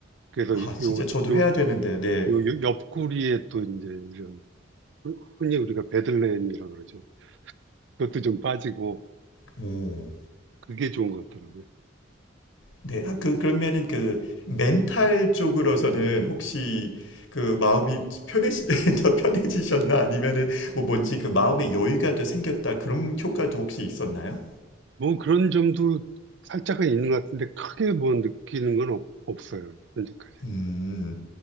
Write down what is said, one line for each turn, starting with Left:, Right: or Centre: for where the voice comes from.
Right: 그래서
Left: 아,
Right: 이-
Left: 진짜
Right: 요,
Left: 저도
Right: 요,
Left: 해야 되는데, 네.
Right: 요, 요 옆구리에 또 이제 이런 흔- 흔히 우리가 베들레헴이라고 그러죠. 그것도 좀 빠지고
Left: 오.
Right: 그게 좋은 것 같더라고요.
Left: 네, 아, 그, 그러면은 그 멘탈 쪽으로서는 혹시 그 마음이 편해지, <laughs> 더 편해지셨나? 아니면은 뭐 뭔지 그 마음의 여유가 더 생겼다. 그런 효과도 혹시 있었나요?
Right: 뭐 그런 점도 살짝은 있는 것 같은데 크게 뭐 느끼는 건 없, 없어요. 현재까지.
Left: 음,